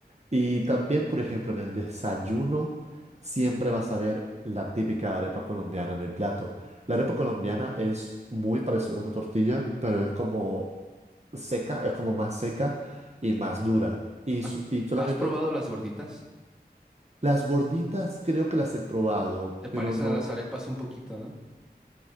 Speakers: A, on the right (about 40°); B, in the centre.
A: Y también, por ejemplo, en el desayuno siempre vas a ver la típica arepa colombiana en el plato. La arepa colombiana es muy parecida a una tortilla, pero es como seca, es como más seca y más dura. Y,
B: ¿Has,
A: so- y solamente
B: has probado las gorditas?
A: las gorditas creo que las he probado,
B: Se parecen
A: pero no.
B: a las arepas un poquito, ¿no?